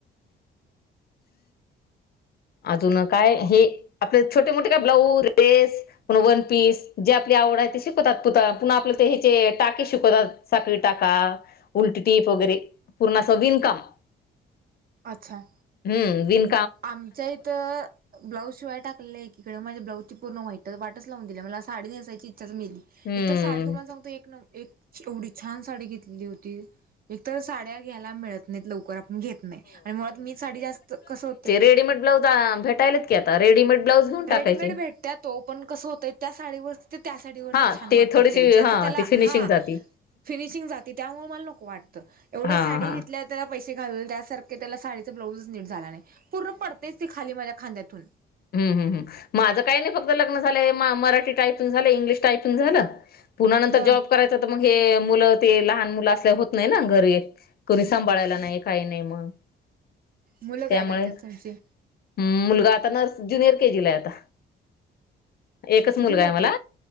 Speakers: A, on the left; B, on the right.
A: ह अजून काय हे आपले छोटे मोठे काय ब्लाऊज रेस पण वन पीस जे आपली शवत पु्हा आप हचे टाके शिकवतात साळी टाका उलटी टीप वगैरे पूर्णा विनकाम
B: अच्छा
A: ह विन
B: आमच्या इथं ब्लाउज शिवाय टाकलेलं आहेीकडे म्हजे ब्लाऊजची पूर्ण वाईट वाटच लावून दिल्या मला साडी नेसायची इच्छाच मिळाली
A: हम्म
B: एक तर साडी तुम्हाला सांगतो एक एक एवढी छान साडी घेतली होती एकत साड्या घ्यायला मिळत नाहीत लवकर आप घेत नाही आणि मुळात मी साडी जास्त कस हो
A: रेडमे ब्उज भेटाय की आता रेडीमेड ब्लाऊज घेऊन
B: रेडीमेड
A: टाकायचे
B: भेटत तो पण कसं होतय त्या साडीवर ते त्यासाठीवरच
A: हा
B: छान वाटत
A: थोडीशी
B: ते ज्याच
A: हा
B: त्याला
A: ती फिनिशिंग
B: हा
A: जाती
B: फिनिशिंग जाते त्यामुळे मला नकं वाटतं एवढं
A: हा
B: साडी
A: हा
B: घेतल्या त्याला पैसे घालल त्यासारखं त्याला साडीचा ब्लाउजच नीट झाला नाही पूर्ण पडतेच ती खाली माझ्या खांद्यातून
A: ह् ह् माझं काही नाही फक्त लग्न झालंय मराठी टायपिंग झालं इंग्लिश टायपिंग झालं पुनंतर
B: हा
A: जॉब करायचं तर मग हे मुलं ते लहान मुलं असल्या होत नाही ना घरी कोणी सांभाळायला नाही काही नाही मग
B: मुलं काय
A: त्यामुळे्
B: करतात तुमची
A: मुलगा आता न र केजीला आता एकच
B: कितीला
A: मुलगा
B: जातो
A: आहे मला